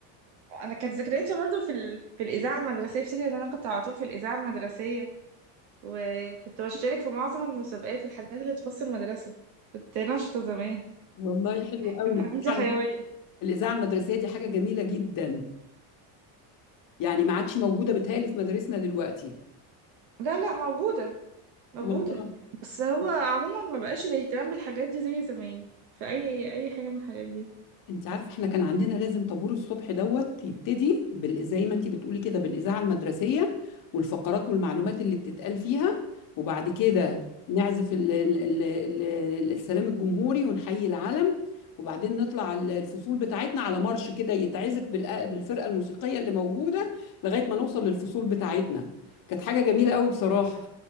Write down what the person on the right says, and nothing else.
أنا كانت ذكرياتي برضو في ال... في الإذاعة المدرسية افتكر إن أنا كنت على طول في الإذاعة المدرسية وكنت بشارك في معظم المسابقات والحاجات اللي تخص المدرسة كنت نشطة زمان
كان
عندي حيوية
لا لا موجودة موجودة
بس هو عموما ما بقاش الاهتمام بالحاجات دي زي زمان في أي أي حاجة من الحاجات دي